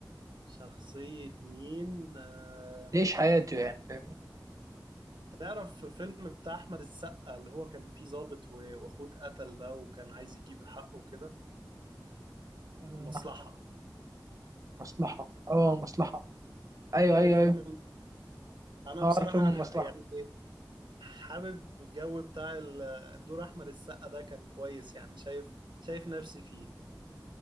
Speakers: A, on the right; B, on the right.
A: شخصيه مين آه،
B: تعيش حياته يعني فاهمني
A: تعرف فيلم بتاع احمد السقا اللي هو كان فيه ضابط و- واخوه اتقتل ده وكان عايز يجيب حقه كده
B: آه،
A: المصلحة
B: أحمد، مصلحة اه مصلحة ايوه
A: عارف
B: ايوه ايوه
A: فيلم انا
B: اه
A: بصراحة
B: عارف فيلم المصلحة
A: ح- يعني حابب الجو بتاع ال- دور احمد السقا ده كان كويس يعني شايف شايف نفسي فيه